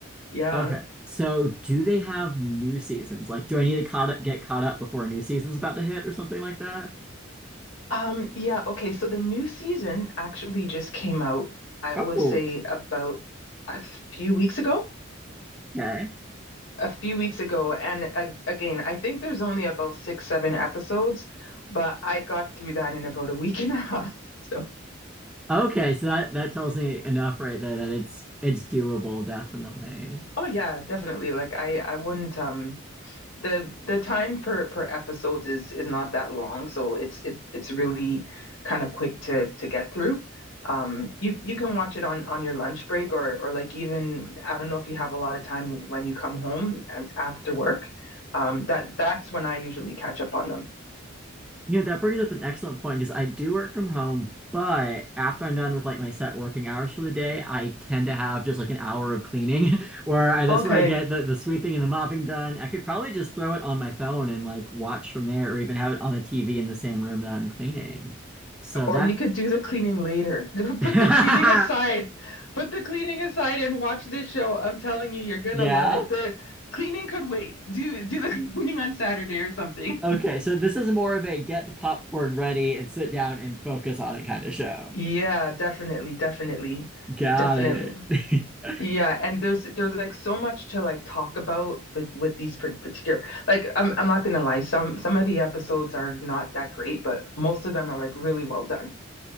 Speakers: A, on the left (about 65°); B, in the centre.
A: Yeah.
B: Okay. So do they have new seasons? Like, do I need to caught up, get caught up before a new season's about to hit or something like that?
A: Um yeah, okay, so the new season actually just came out, I
B: Oh,
A: would say about a few weeks ago.
B: okay.
A: A few weeks ago, and uh, again, I think there's only about six, seven episodes, but I got through that in about a week and a half. <laughs> So,
B: Okay, so that that tells me enough right there that it's it's doable, definitely.
A: oh yeah, definitely. Like I I wouldn't um the the time per per episodes is is not that long, so it's it, it's really kind of quick to to get through. Um, you you can watch it on on your lunch break or or like even I don't know if you have a lot of time when you come home after work. Um, that that's when I usually catch up on them.
B: You know, that brings up an excellent point because I do work from home, but after I'm done with like my set working hours for the day, I tend to have just like an hour of cleaning <laughs> where I, that's
A: Okay.
B: where I get the, the sweeping and the mopping done. I could probably just throw it on my phone and like watch from there or even have it on the TV in the same room that I'm cleaning. So
A: Or
B: that,
A: you could do the cleaning later. <laughs> Put
B: <laughs>
A: the cleaning aside. Put the cleaning aside and watch this show. I'm telling you, you're gonna
B: yeah.
A: love it. The cleaning could wait. Do do the <laughs> cleaning on Saturday or something.
B: Okay. So this is more of a get the popcorn ready and sit down and focus on it kind of show.
A: Yeah, definitely, definitely,
B: Got
A: definitely.
B: it. <laughs>
A: Yeah, and there's there's like so much to like talk about with with these par- particular like I'm I'm not gonna lie, some some of the episodes are not that great, but most of them are like really well done.